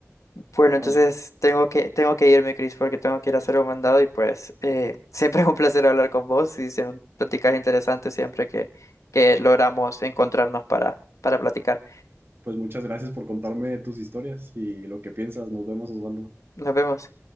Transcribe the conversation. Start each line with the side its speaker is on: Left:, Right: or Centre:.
Left: Bueno,
Right: Wow.
Left: entonces tengo que, tengo que irme, Chris, porque tengo que ir a hacer un mandado y pues eh, <laughs> siempre es un placer hablar con vos y son pláticas interesantes siempre que, que logramos encontrarnos para, para platicar.
Right: Pues muchas gracias por contarme tus historias y lo que piensas. Nos vemos, Osvaldo.
Left: Nos vemos.